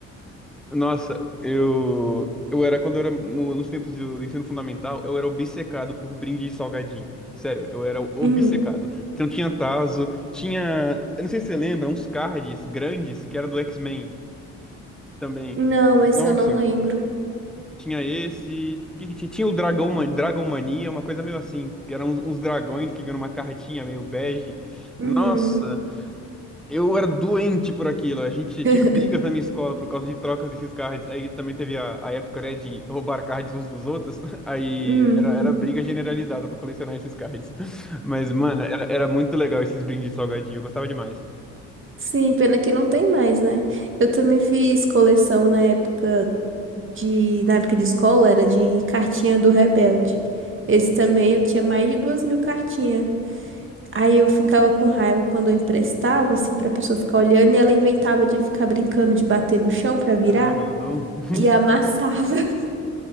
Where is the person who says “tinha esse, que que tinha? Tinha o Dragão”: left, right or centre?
Centre